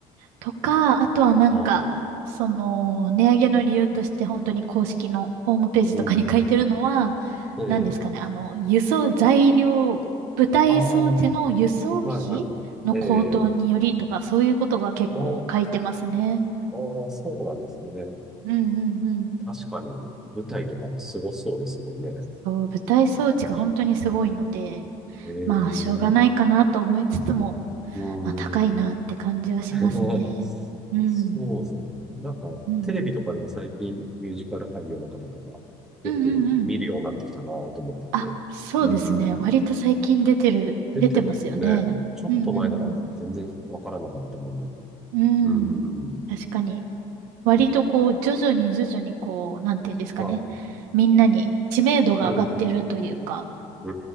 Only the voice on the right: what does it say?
とか、あとはなんか、
その、値上げの理由として本当に公式のホームページとかに書いてるのは、
何ですかね、あの、輸送、材料、舞台装置の輸送費の高騰によりとか、
そういうことが結構書いてますね。
うんうんうん。
そう、舞台装置が本当にすごいので、
まあ、しょうがないかなと思いつつも、
まあ、高いなって感じはしますね。
うん。
うんうん。
うんうんうん。
あ、そうですね。
割と最近出てる、
出てますよね。
うんうんうん。
うん。
確かに。割とこう、徐々に徐々にこう、なんていうんですかね。
みんなに知名度が上がってるというか、